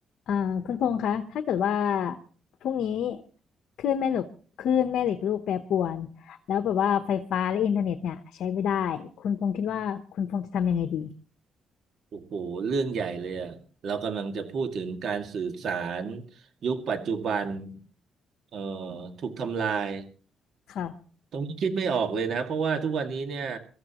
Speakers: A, on the left (about 75°); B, on the right (about 60°).
A: อ่าคุณพงษ์คะถ้าเกิดว่าพรุ่งนี้คลื่นแม่เหล็กคลื่นแม่เหล็กลูกแปรปรวน แล้วแบบว่าไฟฟ้าและอินเทอร์เน็ตเนี่ยใช้ไม่ได้ คุณพงษ์คิดว่าคุณพงษ์จะทำยังไงดี
B: โอ้โหเรื่องใหญ่เลยอะเรากำลังจะพูดถึงการสื่อสารยุคปัจจุบันเอ่อถูกทำลาย
A: ค่ะ
B: ตรงนี้คิดไม่ออกเลยนะเพราะว่าทุกวันนี้เนี่ย